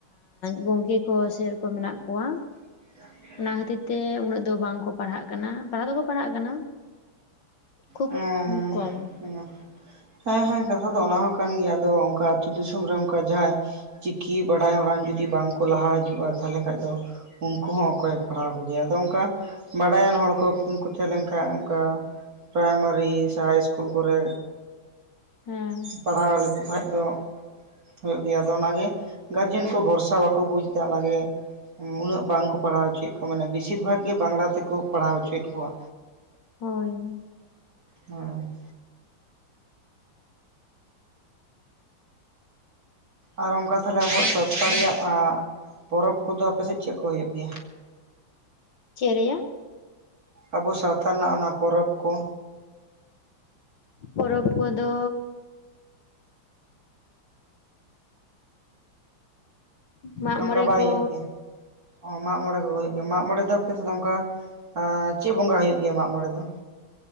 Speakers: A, on the left; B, on the right.
A: ᱜᱚᱢᱠᱮ ᱠᱚ ᱥᱮᱨ ᱠᱚ ᱢᱮᱱᱟᱜ ᱠᱚᱣᱟ
B: <unintelligible>
A: ᱚᱱᱟ ᱠᱷᱟᱹᱛᱤᱨ ᱛᱮ ᱩᱱᱟᱹᱜ ᱫᱚ ᱵᱟᱝ ᱠᱚ ᱯᱟᱲᱦᱟᱜ ᱠᱟᱱᱟ ᱾ᱯᱟᱲᱦᱟᱜ ᱫᱚᱠᱚ ᱯᱟᱲᱦᱟᱜ ᱠᱟᱱᱟ ᱠᱷᱩᱵ
B: <unintelligible>
A: ᱠᱚᱢ
B: ᱦᱮᱸ᱾ ᱦᱮᱸ ᱦᱮᱸ ᱠᱟᱛᱷᱟ ᱫᱚ ᱚᱱᱟ ᱦᱚᱸ ᱠᱟᱱ ᱜᱮᱭᱟ ᱟᱫᱚ ᱚᱱᱠᱟ ᱟᱹᱛᱩ ᱫᱤᱥᱚᱢ ᱨᱮ ᱚᱱᱠᱟ ᱡᱟᱦᱟᱸᱭ ᱪᱤᱠᱤ ᱵᱟᱲᱟᱭ ᱦᱚᱲᱟᱱ ᱡᱩᱫᱤ ᱵᱟᱝᱠᱚ ᱞᱟᱦᱟ ᱦᱤᱡᱩᱜᱼᱟ ᱛᱟᱦᱚᱞᱮ ᱠᱷᱟᱱ ᱫᱚ ᱩᱱᱠᱩ ᱦᱚᱸ ᱚᱠᱚᱭ ᱯᱟᱲᱦᱟᱣ ᱠᱚᱜᱮᱭᱟ ᱟᱫᱚ ᱚᱱᱠᱟ ᱵᱟᱰᱟᱭᱟᱱ ᱦᱚᱲ ᱠᱚ ᱠᱚ ᱛᱟᱦᱮᱸ ᱞᱮᱱᱠᱷᱟᱱ ᱚᱱᱠᱟ ᱯᱨᱟᱭᱢᱟᱨᱤ ᱥᱮ ᱦᱟᱭ ᱤᱥᱠᱩᱞ ᱠᱚᱨᱮ
A: ᱦᱮᱸ᱾
B: ᱯᱟᱲᱦᱟᱣ ᱞᱮᱠᱚ ᱠᱷᱟᱡᱽ ᱫᱚ ᱦᱩᱭᱩᱜ ᱜᱮᱭᱟ ᱾ ᱟᱫᱚ ᱚᱱᱟᱜᱮ ᱜᱟᱨᱡᱮᱱ ᱠᱚ ᱵᱷᱚᱨᱥᱟ ᱵᱟᱠᱚ ᱵᱩᱡᱽ ᱮᱫᱟ ᱚᱱᱟᱜᱮ ᱩᱱᱟᱹᱜ ᱵᱟᱝᱠᱚ ᱯᱟᱲᱦᱟᱣ ᱦᱚᱪᱚᱭᱮᱫ ᱠᱚᱣᱟ ᱢᱟᱱᱮ ᱵᱮᱥᱤᱨ ᱵᱷᱟᱜᱽ ᱜᱮ ᱵᱟᱝᱞᱟ ᱛᱮᱠᱚ ᱯᱟᱲᱦᱟᱣ ᱦᱚᱪᱚᱭᱮᱫ ᱠᱚᱣᱟ᱾
A: ᱦᱳᱭ᱾
B: ᱦᱮᱸ᱾ ᱟᱨ ᱚᱱᱠᱟ ᱛᱟᱦᱚᱞᱮ ᱟᱵᱚᱣᱟᱜ ᱥᱚᱯᱛᱟ ᱨᱮᱭᱟᱜ ᱯᱚᱨᱚᱵᱽ ᱠᱚᱫᱚ ᱟᱯᱮ ᱥᱮᱫ ᱪᱮᱫ ᱠᱚ ᱦᱩᱭᱩᱜ ᱜᱮᱭᱟ?
A: <unintelligible> ᱪᱮᱫ ᱨᱮᱭᱟᱜ?
B: ᱟᱵᱚ ᱥᱟᱶᱛᱟ ᱨᱮᱱᱟᱜ ᱚᱱᱟ ᱯᱚᱨᱚᱵᱽ ᱠᱚ᱾
A: ᱯᱚᱨᱚᱵᱽ ᱠᱚᱫᱚ ᱢᱟᱜ
B: ᱥᱮ ᱚᱱᱠᱟ
A: ᱢᱚᱬᱮ
B: ᱵᱟᱭ
A: ᱠᱚ
B: ᱦᱩᱭᱩᱜ ᱜᱮᱭᱟ᱾ ᱢᱟᱜ ᱢᱚᱬᱮ ᱠᱚᱜᱮ ᱦᱩᱭᱩᱜ ᱜᱮᱭᱟ ᱢᱟᱜ ᱢᱚᱬᱮ ᱫᱚ ᱟᱯᱮ ᱥᱮᱫ ᱫᱚ ᱚᱱᱠᱟ ᱪᱮᱫ ᱵᱚᱸᱜᱟ ᱦᱩᱭᱩᱜ ᱜᱮᱭᱟ ᱢᱟᱜ ᱢᱚᱬᱮ ᱫᱚ?